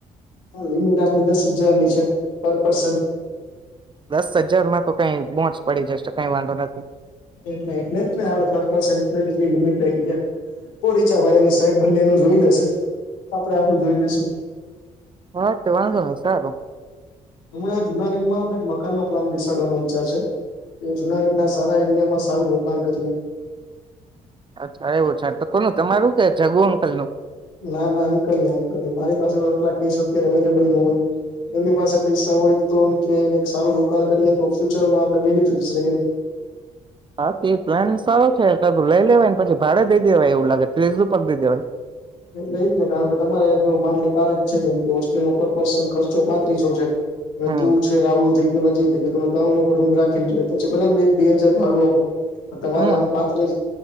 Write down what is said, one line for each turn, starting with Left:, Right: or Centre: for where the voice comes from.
Left: હા લિમીટ આપની દસ હજારની છે પર પર્સન
Right: દસ હજારમાં તો કઈ મોજ પડી જશે કઈ વાંધો નથી.
Left: એટલે એટલે જ આપડ પર પર્સન એટલે એટલી લિમિટ કરી છે, જો રીચાભાઈ અને સાહેબ બંને એનું જોઈ લેશે. આપડે આપડું જોઈ લઈશું.
Right: હા તે વાંધો નહી સારું
Left: હમણા જુનાગઢમાં અમે એક મકાન નો પ્લાન બેસાડવાનો વિચાર છે, એ જુનાગઢ ના સારા એરિયામાં સારુ રોકાણ કરીએ,
Right: અચ્છા એવું છે, તો કોનું તમારું કે જગુ અંકલ નું
Left: ના ના અંકલ નહી અંકલ ના મારી પાસે તો એટલા કેસ અત્યારે અવેલેબલ ન હોય. એમની પાસે પૈસા હોય તો એમ કે સારું રોકાણ કરીએ તો ફ્યુચરમાં આપણે બેનિફિટસ રહે એમ <unintelligible>
Right: હા, તે પ્લાન સારો છે કાધું લઈ લેવાય ને પછી ભાડે દઈ દેવાય એવું લાગે ત્રીસપર દઈ દેવાય,
Left: એટલે એજ ને કારણ કે તમારે જો માન લે તાર જ છે, જેમ કે હોસ્ટેલ ન પર પર્સન ખર્ચો પાંત્રીસો છે. હવે
Right: હમ
Left: તું છે રાહુલ થી નઈ ગયો ત ત્રણ લોકો રૂમ રાખીને જો પછીલા એક બે હજાર ભાડું આપું, તમારે
Right: હમ
Left: અમે પાત્ર